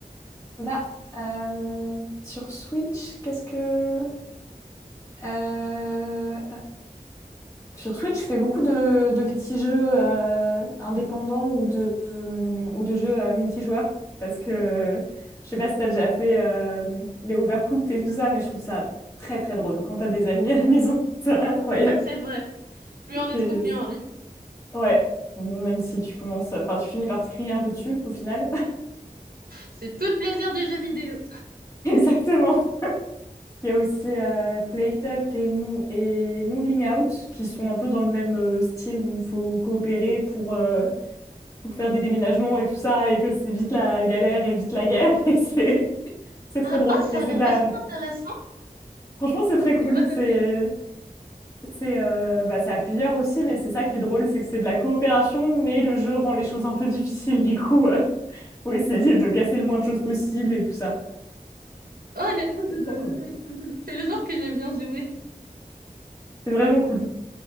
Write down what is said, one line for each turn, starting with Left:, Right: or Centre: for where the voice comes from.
Left: bah euh, sur Switch, qu'est-ce que... Euh, Sur Switch, je fais beaucoup de, de petits jeux euh, indépendants ou de, euh, ou de jeux euh, multijoueurs parce que je sais pas si t'as déjà fait euh, les Overcooked et tout ça, mais je trouve ça très très drôle quand t'as des amis à la maison, <laughs> c'est incroyable.
Right: <laughs> C'est vrai. Plus on est
Left: C'est-
Right: de fous, plus on rit.
Left: Ouais, Bon, même si tu commences, enfin tu finis par te crier un peu dessus au final.
Right: C'est tout le plaisir du jeu vidéo.
Left: <laughs> Exactement. Il y a aussi euh, Plate Up et, Mo- et Moving Out qui sont un peu dans le même euh, style où il faut coopérer pour euh, pour faire des déménagements et tout ça, et que c'est vite la galère et vite la guerre. <laughs> Et c'est c'est très
Right: Ah,
Left: drôle.
Right: oh, ça
Left: Mais c'est
Right: a l'air
Left: de la...
Right: vachement intéressant.
Left: Franchement, c'est très cool.
Right: Je dois
Left: C'est...
Right: noter.
Left: C'est euh, bah, c'est à plusieurs aussi, mais c'est ça qui est drôle, c'est que c'est de la coopération, mais le jeu rend les choses un peu difficiles, du coup, euh, <laughs> faut essayer de casser le moins de choses possible et tout ça.
Right: Oh, honnêtement,
Left: C'est
Right: je dois
Left: très cool.
Right: noter. <laughs> C'est le genre que j'aime bien jouer.
Left: C'est vraiment cool.